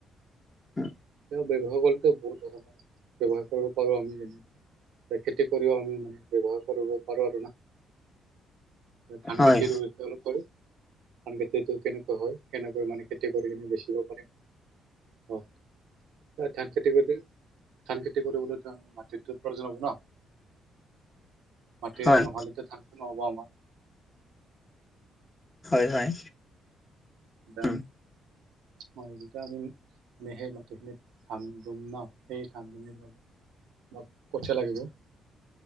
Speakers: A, on the left; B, on the right.
A: উম
B: এয়া ব্যৱহাৰ কৰেতো বহুত ধৰণৰ ব্যৱহাৰ কৰিব পাৰো আমি যেনে- খেতি কৰিও আমি মানে ব্যৱহাৰ কৰিব পাৰো আৰু না। ধান
A: হয়
B: খেতিৰো বিষয়ে অলপ ধান খেতিটো কেনেকা হয় কেনেকৈ মানে খেতি- কৰি কিনে বেচিব পাৰিম। অ ধান খেতি কৰি- ধান খেতি কৰিবলৈতো আমাৰ মাটিতো প্ৰয়োজন হ'ব ন। মাটিৰ
A: হয়
B: নহলেটো ধানটো নহ'ব আমাৰ।
A: হয় হয়।
B: এয়া
A: উম
B: হয় যেতিয়া আমি সে- যিখিনি ধান ৰুম ন সেই ধানখিনিৰ বাবে- আমাক কঠীয়া লাগিব।